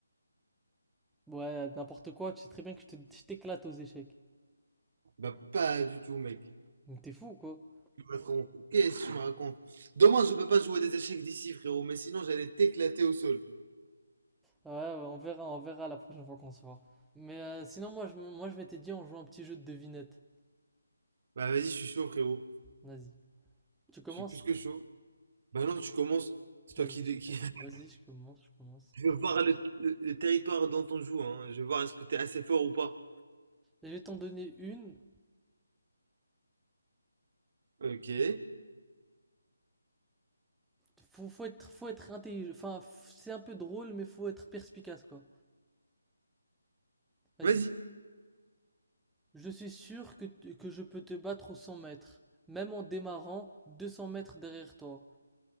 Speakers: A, in the centre; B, on the right.
A: Ouais, n'importe quoi, tu sais très bien que je te- je t'éclate aux échecs.
B: Bah, pas du tout, mec.
A: Donc t'es fou, quoi.
B: Tu me racontes. Qu'est-ce que tu me racontes? Demain, je peux pas jouer des échecs d'ici, frérot, mais sinon, j'allais t'éclater au sol.
A: Ouais, ouais, on verra, on verra la prochaine fois qu'on se voit. Mais euh, sinon, moi je, me- moi, je vais t'aider, on joue un petit jeu de devinette.
B: Bah vas-y, je suis chaud, frérot.
A: Vas-y. Tu commences?
B: Je suis plus que chaud. Bah non, tu commences. C'est toi
A: Vas-y,
B: qui, dé-
A: je,
B: qui...
A: com-
B: <laughs>
A: vas-y, je commence, je commence.
B: Je veux voir le, le- le territoire dont on joue, hein. Je veux voir est-ce que t'es assez fort ou pas.
A: je vais t'en donner une.
B: Ok.
A: Faut, faut être, faut être intelligent. Enfin, f- c'est un peu drôle, mais faut être perspicace, quoi. Vas-y.
B: Vas-y.
A: Je suis sûr que, t- que je peux te battre aux 100 mètres, même en démarrant 200 mètres derrière toi.